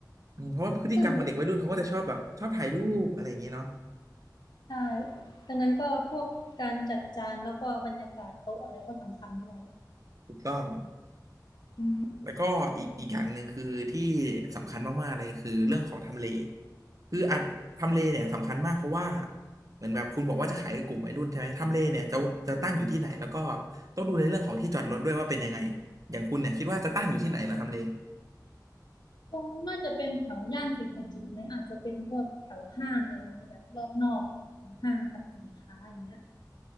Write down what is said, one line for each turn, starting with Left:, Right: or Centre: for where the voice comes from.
Right: อืมเพราะว่าพฤติกรรมของเด็กวัยรุ่นเขาก็จะชอบแบบชอบถ่ายรูปอะไรอย่างเงี้ยเนาะ
Left: เออใช่ดังนั้นก็พวกการจัดจานแล้วก็บรรยากาศโต๊ะอะไรก็สำคัญด้วย
Right: ถูกต้อง
Left: อืม
Right: แล้วก็อีกอีกอย่างหนึ่งคือที่สำคัญมากๆเลยคือเรื่องของทำเลคืออันทำเลเนี่ยสำคัญมากเพราะว่าเหมือนแบบคุณบอกว่าจะขายกลุ่มวัยรุ่นใช่ไหมทำเลเนี่ยจะจะตั้งอยู่ที่ไหนแล้วก็ต้องดูในเรื่องของที่จอดรถด้วยว่าเป็นยังไงอย่างคุณเนี่ยคิดว่าจะตั้งอยู่ที่ไหนเหรอทำเล
Left: คงน่าจะเป็นแถวย่านเศรษฐกิจไหมอาจจะเป็นพวกแถวห้างอะไรเงี้ยแบบรอบนอกของห้างสรรพสินค้าอย่างเงี้ย